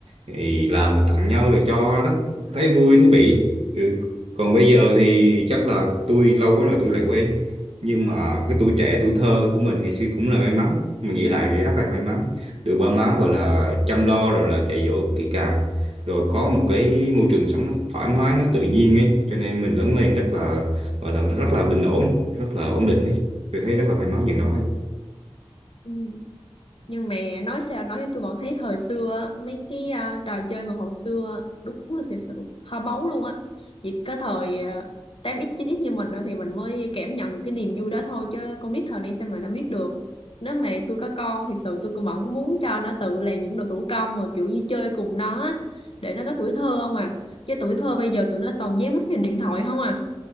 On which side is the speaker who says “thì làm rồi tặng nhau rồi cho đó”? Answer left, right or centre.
Right